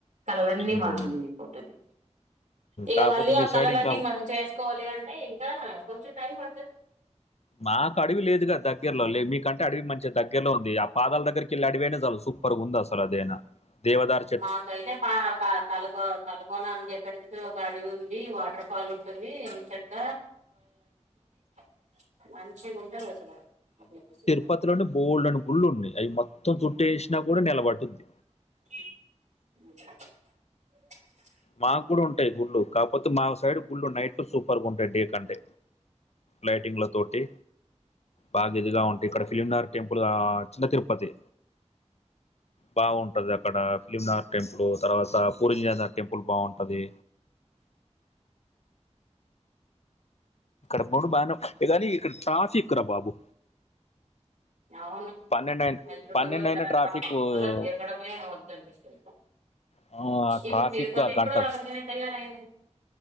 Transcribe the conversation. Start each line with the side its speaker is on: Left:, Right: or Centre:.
Right: కళలన్నీ
Left: ఉమ్.
Right: మాము <inaudible> పోతది ఇక
Left: కాకపోతే
Right: మళ్ళీ
Left: మీ
Right: ఆ
Left: సైడ్
Right: కళలన్నీ
Left: ఇంకా
Right: మనం చేసుకోవాలి అంటే ఇంకా కొంచెం టైం పడుతది
Left: మాకు అడవి లేదు కద దగ్గరలో లే మీకంటే అడవి మంచిగా దగ్గరలో ఉంది ఆ పాదాల దగ్గరికెళ్ళి అటువోయింటే సాలు సూ పర్ ఉంది అసలు అదైనా దేవదార్
Right: మాకైతే పా <inaudible> తలకో తలకోన అని చెప్పేసి ఒక అడవి ఉంది వాటర్ ఫాల్ ఉంటుంది ఎంచెక్క <inaudible> మంచిగా ఉంటది అసలు <inaudible>
Left: ఉపతిలో అంటే బోల్డ్ అన్ని గుళ్ళు ఉన్నాయి అవి మొత్తం చుట్టేసినా కూడా నిలబడుతుంది
Right: మ
Left: మాకు కూడా ఉంటాయి గుళ్ళు కాకపోతే మా సైడ్ గుళ్లు నైట్ లో సూపర్గా ఉంటాయి డే కంటే లైటింగ్ ల తోటి బాగా ఇదిగా ఉంటే ఇక్కడ ఫిలింనగర్ టెంపులా చిన్న తిరుపతి బాగుం <inaudible> అక్కడ ఫిలింనగర్ టెంపుల్ తర్వాత పూరి జగన్నాథ్ టెంపుల్ బాగుంటుంది ఇప్పుడు బానే కాని ఇక్కడ ట్రాఫిక్ రా బాబు
Right: అవును
Left: పన్నెండయిన
Right: హైదరాబాద్
Left: పన్నెండయిన
Right: లో తిరగ
Left: ట్రాఫికు ఆహ్,
Right: తిర్గటం వద్దనిపిస్తుంది
Left: ట్రాఫిక్
Right: ఇప్పుడు
Left: ట్రాఫిక్
Right: తిరుపతి
Left: ఆ గంటలు
Right: కూడా అలాగే తయారైన